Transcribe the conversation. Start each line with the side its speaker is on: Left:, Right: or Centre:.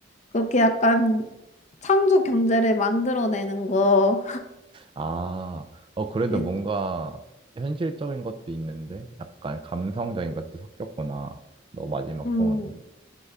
Left: 그렇게 약간 창조 경제를 만들어내는 거.
Right: 아, 어, 그래도
Left: 이-
Right: 뭔가 현실적인 것도 있는데, 약간 감성적인 것도 섞였구나. 너 마지막
Left: 음,
Right: 소원은.